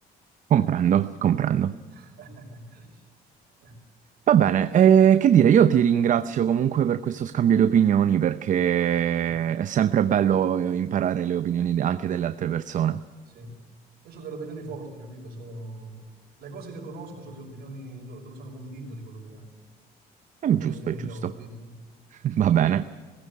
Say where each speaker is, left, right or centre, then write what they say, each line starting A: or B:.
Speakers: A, on the right (about 50°); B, on the right (about 65°).
A: Comprendo, comprendo.
B: <laughs>
A: Va bene, eh, che dire, io ti ringrazio comunque per questo scambio di opinioni perché
B: Sì,
A: è sempre bello eh, imparare le opinioni de- anche delle altre persone.
B: sì. Io ho delle opinioni forti, capito? So- Le cose che conosco sono le opinioni do- dove sono convinto di quello che...
A: È
B: delle
A: giusto,
B: opinioni
A: è giusto.
B: che ho, capito?
A: <laughs> Va bene.